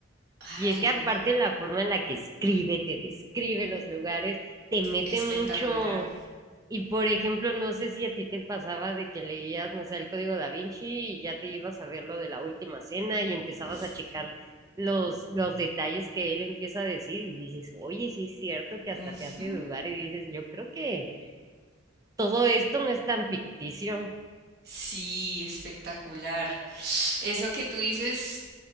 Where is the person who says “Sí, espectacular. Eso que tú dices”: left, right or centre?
Right